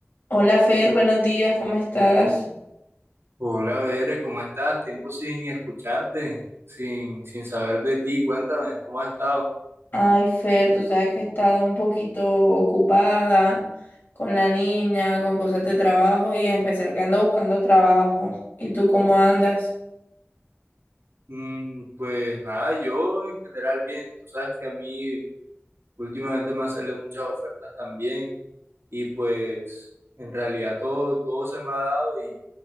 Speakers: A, on the left; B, on the right.
A: Hola Fer, buenos días, ¿cómo estás?
B: Hola, Bere, ¿cómo estás? Tiempo sin escucharte, sin, sin saber de ti. Cuéntame, ¿cómo has estado?
A: Ay Fer, tú sabes que he estado un poquito ocupada con la niña, con cosas de trabajo y en especial que ando buscando trabajo. ¿Y tú cómo andas?
B: Mm, pues nada, yo en general bien. Tú sabes que a mí últimamente me han salido muchas ofertas también y pues en realidad todo, todo se me ha dado y,